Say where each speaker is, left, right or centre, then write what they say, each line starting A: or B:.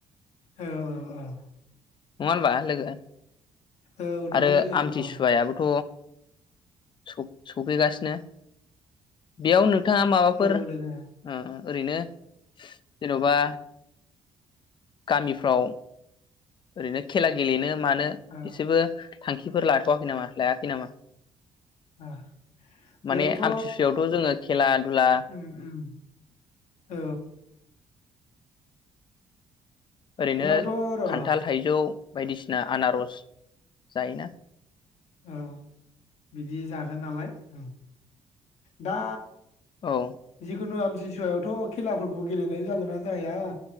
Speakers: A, on the left; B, on the left.
A: औ औ औ।
B: नङा होनबा लोगो।
A: औ नंगौ
B: आरो
A: लोगो नंगौ
B: आमथिसुवायाबोथ' स सफैगासिनो बेयाव नों थाङा माबाफोर
A: औ
B: ओम
A: लोगो
B: ओरैनो जेन'बा गामिफ्राव ओरैनो खेला गेलेनो मानो
A: औ
B: एसेबो थांखिफोर लाथ'वाखै नामा लायाखै नामा?
A: औ बेयावथ'
B: माने आमथिसुयावथ' जोङो खेला दुला
A: उम उम औ।
B: ओरैनो
A: बेयावथ' र' औ
B: खान्थाल, थाइजौ बायदिसिना आनारस जायोना।
A: औ बिदि जागोन नालाय दा। दा
B: औ
A: जिखुनु आमथिसुवायावथ' खेलाफोरखौ गेलेनाय जागोन ना जाया